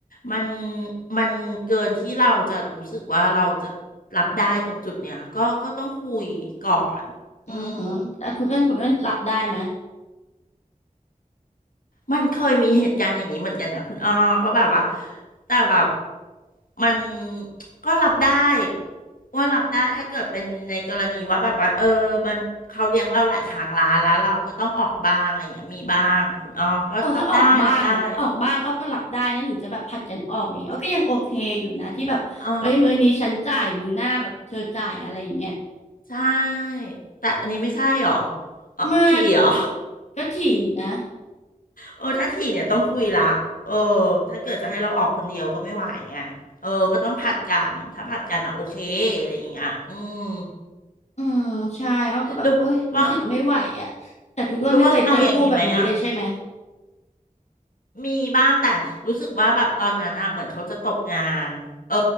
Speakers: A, on the left; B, on the left.
A: มันมันเกินที่เราจะรู้สึกว่าเราจะรับได้ตรงจุดเนี้ยก็ก็ต้องคุยก่อนอืม
B: อือฮึแต่คุณอ้วนคุณอ้วนหลับได้ไหม
A: มันเคยมีเหตุการณ์อย่างนี้เหมือนกันนะคุณอ้อก็แบบว่าแต่แบบมันก็รับได้ว่ารับได้ถ้าเกิดเป็นในกรณีว่าแบบว่าเออมันเขาเลี้ยงเราหลายครั้งละแล้วเราก็ต้องออกบ้างอะไรอย่างเงี้ยมีบ้างคุณอ้อก็รับได้รับได้
B: เออถ้าออกบ้างอ่ะออกบ้างอ้อก็หลับได้นะหรือจะแบบผัดกันออกอย่างเงี้ยอ้อก็ยังโอเคอยู่นะที่แบบเอ้ยมือนี้ฉันจ่ายมือหน้าแบบเธอจ่ายอะไรอย่างเงี้ย
A: อ๋อใช่แต่อันนี้ไม่ใช่หรออ๋อทีหรอ
B: ไม่ก็ถี่อยู่นะ
A: เออถ้าทีเนี่ยต้องคุยละเออถ้าเกิดจะให้เราออกคนเดียวก็ไม่ไหวไงเออก็ต้องผัดกันถ้าผัดกันอ่ะโอเคอะไรอย่างเงี้ยอืม
B: อืมใช่อ้อก็แบบโอ๊ยรู้สึกไม่ไหวอ่ะแต่คุณอ้วนไม่เคยเจอผู้แบบนี้เลยใช่ไหม
A: หรือว่าหรือว่าเอาอย่างงี้ไหมอ่ะ มีบ้างแต่รู้สึกว่าแบบตอนนั้นอะเหมือนเขาจะตกงานเออ